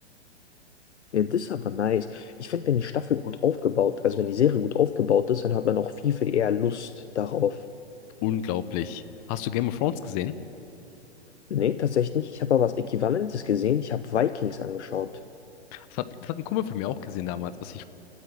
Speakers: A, on the left; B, on the left.
A: ja, das ist aber nice. Ich finde, wenn die Staffel gut aufgebaut, also wenn die Serie gut aufgebaut ist, dann hat man auch viel, viel eher Lust darauf.
B: Unglaublich. Hast du Game of Thrones gesehen?
A: Nee, tatsächlich nicht. Ich habe aber was Äquivalentes gesehen. Ich habe Vikings angeschaut.
B: Das hat, das hat ein Kumpel von mir auch gesehen damals, als ich